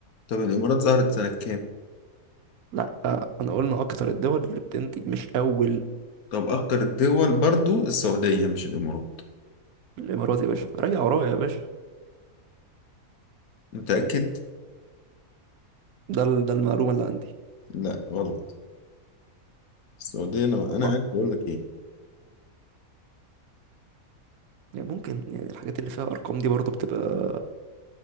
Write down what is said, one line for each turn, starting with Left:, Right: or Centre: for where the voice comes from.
Left: طب الإمارات ظهرت سنة كام؟
Right: لا آه، انا قلنا اكتر الدول اللي بتنتج مش اول
Left: طب أكتر الدول برضو السعودية مش الإمارات
Right: الامارات يا باشا راجع ورايا يا باشا
Left: متأكد؟
Right: ده ال... ده المعلومه اللي عندي
Left: لا غلط السعودية أنا
Right: الله
Left: أنا عارف بقول لك إيه
Right: يعني ممكن يعني الحاجات اللي فيها ارقام دي برضو بتبقى